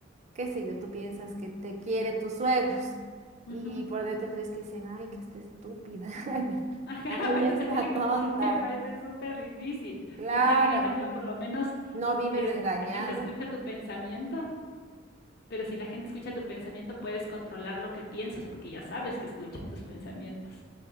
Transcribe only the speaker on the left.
Ujú.
Ajá, <laughs>
por eso
te digo,
<laughs> me parece súper difícil,
porque yo digo, en cambio, por lo menos
si es
la gente escucha tu pensamiento, pero si la gente escucha tu pensamiento, puedes controlar lo que piensas, porque ya sabes que escuchan tus pensamientos.